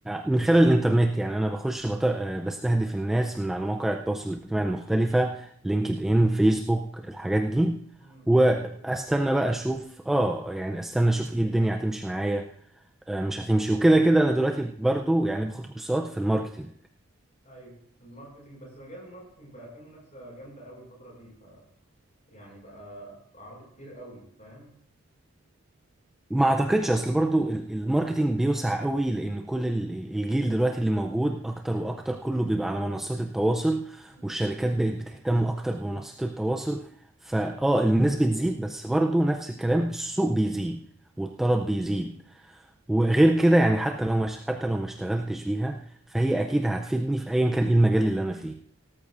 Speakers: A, in the centre; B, on the left.
A: من خلال الانترنت يعني انا بخش بط- آه، بستهدف الناس من على مواقع التواصل الاجتماعي المختلفة لينكد ان فيسبوك الحاجات دي
B: امم
A: واستنى
B: بتشوف
A: بقى اشوف اه يعني استنى اشوف ايه الدنيا هتمشي معايا آه، مش هتمشي وكده كده انا دلوقتي برضو يعني باخد كورسات في الماركتينج
B: ايوه الماركتينج بس مجال الماركتينج بقى فيه منافسه جامده قوي الفتره دي ف يعني بقى عرض كتير قوي فاهم
A: ما اعتقدش اصل برضو ال- الماركتينج بيوسع قوي لان كل ال- ال- الجيل دلوقتي اللي موجود اكتر واكتر كله بيبقى على منصات التواصل
B: مم.
A: والشركات بقت بتهتم اكتر بمنصات التواصل فاه
B: مم.
A: الناس بتزيد بس برضو نفس الكلام السوق بيزيد والطلب بيزيد وغير
B: ايوه معاك
A: كده يعني
B: حق
A: حتى لو مش حتى لو ما اشتغلتش بيها فهي اكيد هتفيدني في ايا كان ايه المجال اللي انا فيه